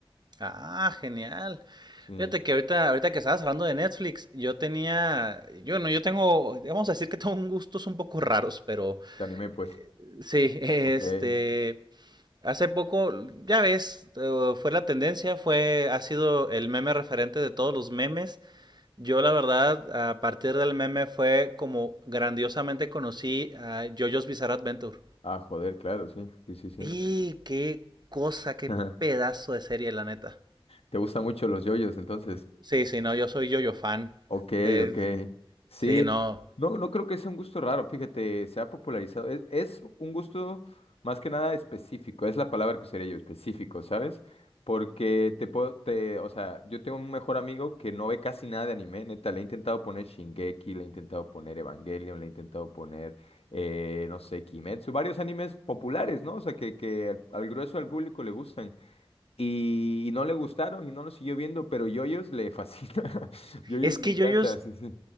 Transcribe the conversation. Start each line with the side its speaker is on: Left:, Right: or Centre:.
Right: Ah, genial.
Left: Sí,
Right: Fíjate que ahorita, ahorita que estabas hablando de Netflix, yo tenía, yo no, yo tengo, vamos a decir que tengo un gustos un poco raros, pero
Left: te animé pues.
Right: eh, sí, este,
Left: Ok.
Right: Hace poco, ya ves, eh, fue la tendencia, fue, ha sido el meme referente de todos los memes. Yo, la verdad, a partir del meme fue como grandiosamente conocí a JoJo's Bizarre Adventure.
Left: Ah, joder, claro, sí, sí, sí, sí.
Right: Y qué cosa, qué
Left: Ajá.
Right: pedazo de serie, la neta.
Left: ¿Te gustan mucho los yoyos entonces?
Right: Sí, sí, no, yo soy JoJo fan.
Left: Ok,
Right: Eh,
Left: ok. Sí,
Right: sí, no.
Left: no, no creo que sea un gusto raro, fíjate, se ha popularizado. Es, es un gusto más que nada específico, es la palabra que usaría yo, específico, ¿sabes? Porque te puedo, te, o sea, yo tengo un mejor amigo que no ve casi nada de anime, neta, le he intentado poner Shingeki, le he intentado poner Evangelion, le he intentado poner, eh, no sé, Kimetsu, varios animes populares, ¿no? O sea, que, que al al grueso del público le gustan. Y, y no le gustaron y no lo siguió viendo, pero Yoyos le fascina. <laughs> Yoyos
Right: Es que
Left: le encanta,
Right: JoJo's
Left: sí, sí.